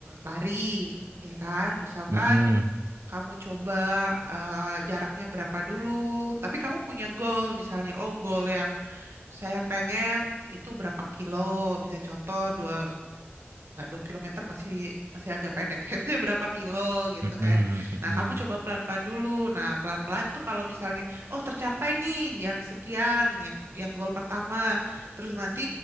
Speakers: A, on the right; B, on the right.
A: lari, ya kan? Misalkan
B: Mm-mm.
A: kamu coba eh, jaraknya berapa dulu, tapi kamu punya goal misalnya, oh goal yang saya pengen itu berapa kilo, misalnya contoh dua nggak dua kilometer masih masih agak pendek <laughs> ya Maksudnya berapa kilo gitu
B: Mm-mm.
A: kan
B: Mm-mm.
A: nah kamu coba pelan-pelan dulu nah pelan-pelan tuh kalau misalnya oh tercapai nih yang sekian yang yang goal pertama terus nanti